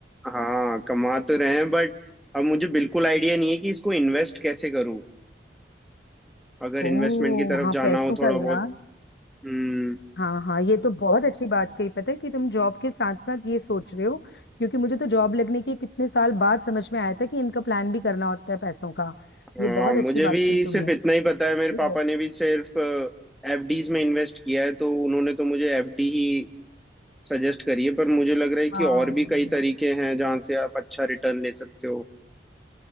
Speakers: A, in the centre; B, on the left (about 70°).
A: हाँ कमा तो रहे हैं बट अब मुझे बिल्कुल आइडिया नहीं है कि इसको इन्वेस्ट कैसे करूँ अगर
B: ओ
A: इन्वेस्टमेंट की तरफ
B: हाँ
A: जाना
B: पैसों
A: हो थोड़ा
B: का
A: बहुत
B: यार
A: हम्म
B: हाँ हाँ ये तो बहुत अच्छी बात कही पता है कि तुम जॉब के साथ साथ ये सोच रहे हो क्योंकि मुझे तो जॉब लगने के कितने साल बाद समझ में आया था कि इनका प्लान भी करना होता है पैसों का
A: हाँ
B: ये बहुत अच्छी
A: मुझे
B: बात
A: भी
B: कही तुमने
A: सिर्फ इतना ही पता है
B: ठीक
A: मेरे पापा
B: है
A: ने भी सिर्फ एफडीज में इन्वेस्ट किया है तो उन्होंने तो मुझे एफडी ही सजेस्ट करी है पर मुझे लग रहा है
B: हाँ
A: कि और भी कई तरीके हैं जहाँ से आप अच्छा रिटर्न ले सकते हो